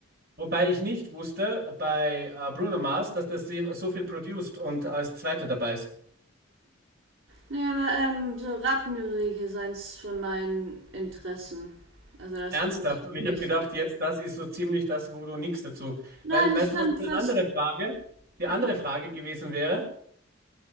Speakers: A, on the right (about 50°); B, on the right (about 75°).
A: Wobei ich nicht wusste bei äh, Bruno Mars, dass das so so viel produced und als Zweiter dabei ist.
B: Nee, aber ähm, so Rap-Musik ist eins von meinen Interessen. Also das
A: Ernsthaft.
B: kenne ich
A: Und ich habe
B: richtig
A: gedacht,
B: gut.
A: jetzt, das ist so ziemlich das, wo du nichts dazu.
B: Nein,
A: Weil, weißt
B: ich kann
A: du, was eine
B: fast
A: andere Frage, die
B: nee.
A: andere Frage gewesen wäre?